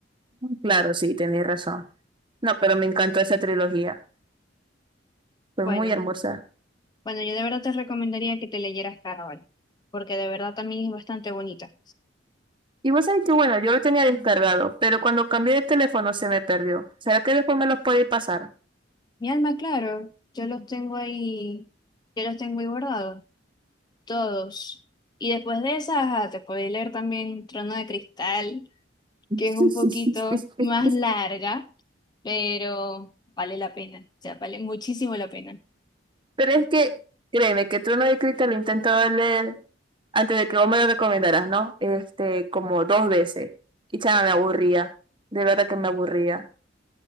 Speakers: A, on the right; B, on the left.
A: Claro, sí, tenéis razón. No, pero me encantó esa trilogía. Fue
B: Bueno,
A: muy hermosa.
B: bueno, yo de verdad te recomendaría que te leyeras Caraval, porque de verdad también es bastante bonita.
A: Y vos sabés que, bueno, yo lo tenía descargado, pero cuando cambié de teléfono se me perdió. ¿Será que después me los puede pasar?
B: Mi alma, claro, yo los tengo ahí, yo los tengo ahí guardados. todos. Y después de esa, ajá, te podéis leer también Trono de Cristal,
A: <laughs>
B: que es un poquito más larga, pero vale la pena, o sea, vale muchísimo la pena.
A: Pero es que, créeme, que Trono de Cristal lo he intentado leer antes de que vos me lo recomendaras, ¿no? Este, como dos veces. Y chama, me aburría. De verdad que me aburría.